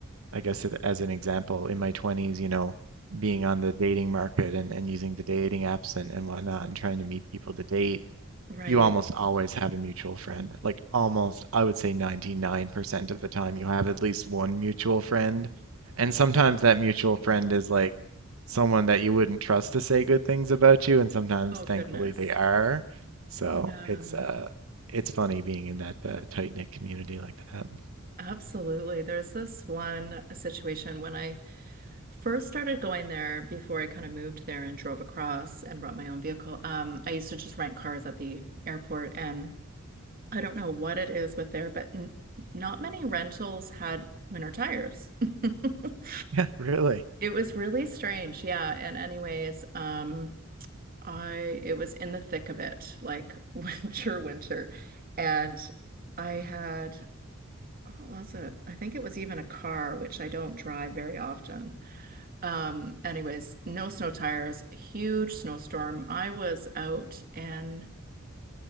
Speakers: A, on the right; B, on the right.
A: I guess it, as an example, in my 20s, you know, being on the dating market and, and using the dating apps and, and whatnot and trying to meet people to date,
B: Right.
A: you almost always have a mutual friend. Like almost, I would say 99% of the time, you have at least one mutual friend. And sometimes that mutual friend
B: Yeah.
A: is like someone that you wouldn't trust to say good things about you. And sometimes,
B: Oh,
A: thankfully,
B: goodness.
A: they are. So
B: Yeah.
A: it's uh, it's funny being in that uh, tight-knit community like that. <laughs>
B: Absolutely. There's this one situation when I first started going there before I kind of moved there and drove across and brought my own vehicle. Um, I used to just rent cars at the airport and I don't know what it is with there, but n not many rentals had winter tires. <laughs>
A: Yeah, really.
B: It was really strange. Yeah. And anyways, um, I it was in the thick of it, like <laughs> winter, winter. And I had, what was it? I think it was even a car, which I don't drive very often. Um, anyways, no snow tires, huge snowstorm. I was out in